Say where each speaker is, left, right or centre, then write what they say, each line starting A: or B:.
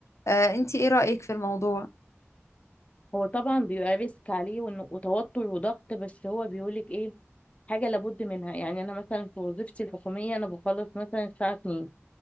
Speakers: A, on the left (about 80°); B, on the left (about 30°).
A: آه، انتي ايه رأيك في الموضوع؟
B: هو طبعا بيبقى ريسك عليه وإنه- وتوتر وضغط بس هو بيقولك ايه حاجة لابد منها يعني أنا مثلا في وظيفتي الحكومية أنا بخلص مثلا الساعة 2